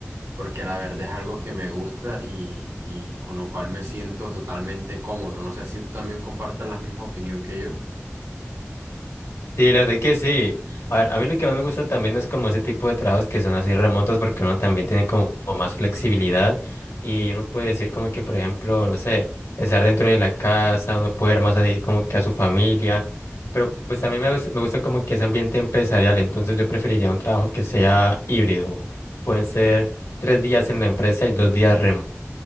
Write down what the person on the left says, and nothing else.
Sí, la verdad que sí. A ver, a mí lo que más me gusta también es como ese tipo de trabajos que son así remotos porque uno también tiene como más flexibilidad y uno puede decir como que, por ejemplo, no sé, estar dentro de la casa, uno puede ver más así como que a su familia, pero pues a mí me gusta, me gusta como que ese ambiente empresarial, entonces yo preferiría un trabajo que sea híbrido. Pueden ser tres días en la empresa y dos días remotos